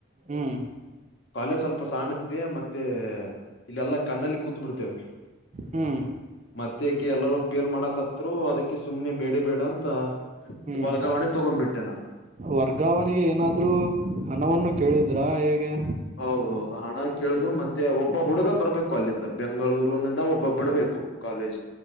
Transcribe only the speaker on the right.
ಹ್ಮ್.
ಹ್ಮ್
ಹ್ಮ್
ವರ್ಗಾವಣೆಗೆ ಏನಾದ್ರೂ ಹಣವನ್ನು ಕೇಳಿದ್ರಾ ಹೇಗೆ.